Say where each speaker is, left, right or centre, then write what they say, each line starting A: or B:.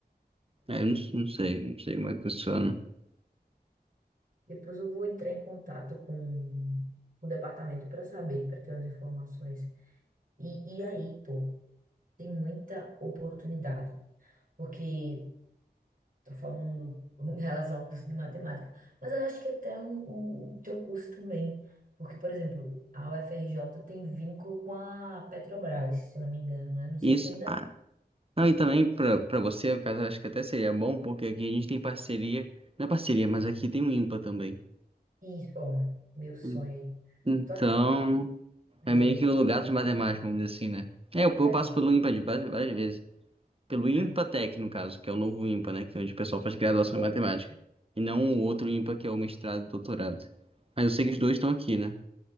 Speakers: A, on the right; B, on the right.
A: É, eu não, não sei, não sei como é que funciona.
B: Depois eu vou entrar em contato com o departamento para saber, para ter as informações. E, e aí, pô, tem muita oportunidade. Porque Estou falando em relação ao curso de matemática, mas eu acho que até o, o teu curso também, porque, por exemplo, a UFRJ tem vínculo com a Petrobras, se eu não me engano, né? Não sei
A: Isso.
B: se ainda...
A: Ah, não, e também para para você, no caso, acho que até seria bom, porque aqui a gente tem parceria. Não é parceria, mas aqui tem o IMPA também.
B: Isso, ó, meu sonho
A: Hum.
B: aí.
A: Então,
B: Tu acredita que eu
A: é
B: ia
A: meio
B: ao IMPA?
A: que o lugar dos matemáticos, vamos dizer assim, né? É, eu, eu
B: É,
A: passo pelo IMPA de várias, várias vezes. pelo
B: cara,
A: IMPATEC, no caso, que é o novo IMPA, né? Que é onde o pessoal faz graduação
B: é,
A: em matemática. E não o outro IMPA, que é o mestrado e doutorado. Mas eu sei que os dois estão aqui, né?